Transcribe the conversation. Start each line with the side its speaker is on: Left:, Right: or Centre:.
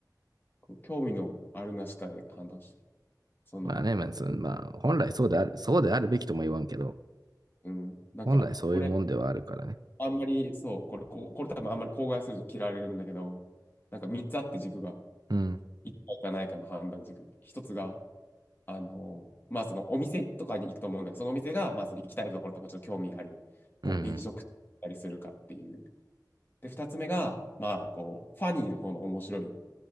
Left: 興味のあるなしかで判断してる。その、
Right: まあね、まあ、そのまあ、本来そうである、そうであるべきとも言わんけど、
Left: うん、なんか、
Right: 本来そういうもんではあるからね。
Left: これ、あんまり、そう、これ、ここれ多分あんまり口外すると嫌われるんだけど、なんか3つあって軸が、
Right: うん。
Left: 1回かないかの判断軸。1つが、あのーまあそのお店とかに行くと思うんだけど、そのお店が、まあその行きたいところとかちょっと興味ある、こう飲食だったりするかっていう。
Right: うん、うん。
Left: で、2つ目が、まあこう、ファニーの方の面白い